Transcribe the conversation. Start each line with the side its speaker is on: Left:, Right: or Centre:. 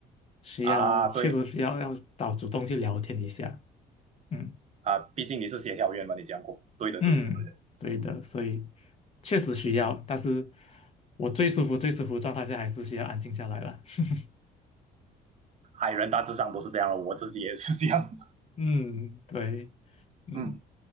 Left: 需要确实需要要找主动去聊天一下。
Right: 啊，对
Left: 嗯
Right: 啊，毕竟你是协调员嘛，你讲过，对的，
Left: 嗯，
Right: 对的，对的，
Left: 对的，
Right: 嗯，
Left: 所以确实需要，但是我最舒服、最舒服的状态下还是需要安静下来了。<laughs>
Right: 海人大致上都是这样的，我自己也是这样，
Left: 嗯，对，
Right: <laughs>
Left: 嗯，
Right: 嗯